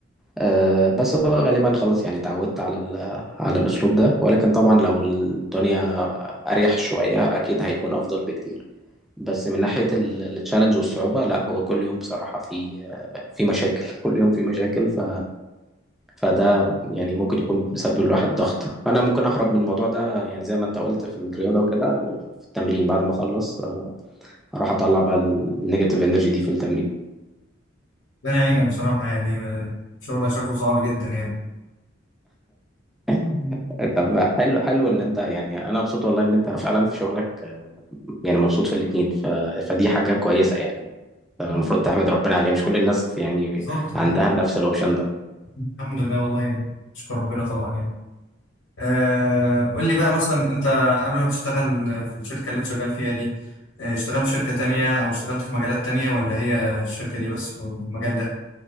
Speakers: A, in the centre; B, on the left.
A: أه بس هو غالبا خلاص يعني اتعودت على ال- على الاسلوب ده ولكن طبعا لو الدنيا اريح شوية اكيد هيكون افضل بكتير بس من ناحية التشالنج والصعوبة لا هو كل يوم بصراحة في في مشاكل <laughs> كل يوم في مشاكل ف فده يعني ممكن يكون بيسبب الواحد ضغط انا ممكن اهرب من الموضوع ده يعني زي ما انت قلت في الرياضه وكده في التمرين بعد ما اخلص اروح اطلع بقى النيجاتيف انرجي دي في التمرين
B: ربنا يعينك بصراحة يعني آه، شغلك شكله صعب جدا يعني
A: <laughs> طب حلو حلو ان انت يعني انا مبسوط والله ان انت فعلا في شغلك يعني مبسوط في الاتنين ف... فدي حاجة كويسة يعني المفروض
B: آه.
A: تحمد ربنا عليها مش كل الناس يعني
B: بالظبط
A: عندها نفس الاوبشن ده
B: الحمد لله والله يعني اشكر ربنا طبعا يعني آه، قول لي بقى مثلا انت قبل ما تشتغل في الشركة اللي انت شغال فيها دي آه، اشتغلت في شركة تانية او اشتغلت في مجالات تانية ولا هي الشركة دي بس والمجال ده